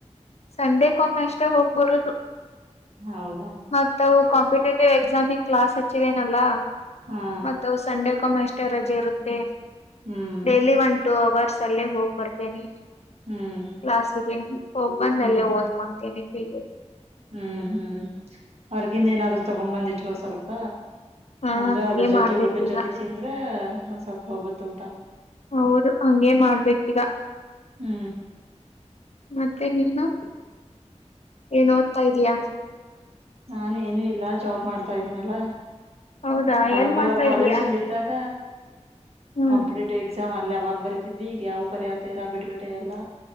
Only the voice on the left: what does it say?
ಸಂಡೆಕ್ಕೊಮ್ಮೆ ಅಷ್ಟ ಹೋಗ್ಬರುದು
ಮತ್ತ ಅವು ಕಾಂಪಿಟೇಟಿವ್ ಎಕ್ಸಾಮಿಗ ಕ್ಲಾಸ್ ಹ ಹಚ್ಚಿದೇನಲ್ಲ
ಮತ್ತ ಅವು ಸಂಡೆಕ್ಕೊಮ್ಮೆ ಅಷ್ಟೇ ರಜೆ ಇರುತ್ತೆ
ಡೇಲಿ ಒನ್ ಟೂ ಅವರ್ಸ್ ಅಲ್ಲೇ ಹೋಗ್ ಬರ್ತೇನಿ
ಕ್ಲಾಸಿಗೆ ಹೋಗ್ ಬಂದಲ್ಲೇ
ಓದ್ಕೊಂತೀನಿ ಪಿಜಿಗ
ಹಾ
ಹಂಗೆ
ಮಾಡ್ಬೇಕೀಗ
ಹೌದು ಹಂಗೇ ಮಾಡ್ಬೇಕೀಗ
ಮತ್ತೆ ನೀನು ಏನ್ ಓದ್ತಾ ಇದಯಾ
ಹೌದಾ
ಎಲ್ ಮಾಡ್ತಾ
ಇದೀಯಾ
ಹ್ಮ್